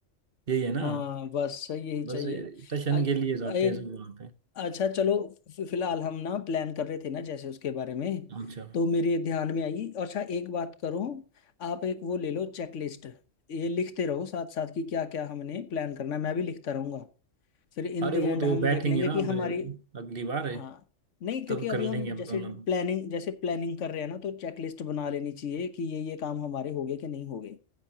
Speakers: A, on the right; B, on the left.
A: यही है ना
B: हाँ बस यही
A: बस
B: चाहिए
A: दर्शन
B: अ-
A: के लिए जाते
B: एक
A: हैं सब वहाँ पे
B: अच्छा चलो फि- फिलहाल हम ना प्लान कर रहे थे ना जैसे उसके बारे में
A: अच्छा
B: तो मेरे ध्यान में आई अच्छा एक बात करो आप एक वो ले लो चेकलिस्ट ये लिखते रहो साथ साथ कि क्या क्या हमने प्लान करना है मैं भी लिखता रहूंगा फिर इन
A: अरे
B: द एंड
A: वो तो
B: हम
A: बैठेंगे
B: देख लेंगे
A: ना
B: कि
A: अब
B: हमारी
A: अगली बार है
B: हाँ नहीं क्योंकि
A: तब
B: अभी
A: कर लेंगे
B: हम
A: हम
B: जैसे
A: दोनों
B: प्लानिंग जैसे प्लानिंग कर रहे हैं ना तो चेकलिस्ट बना लेनी चाहिए कि ये ये काम हमारे हो गए कि नहीं हो गए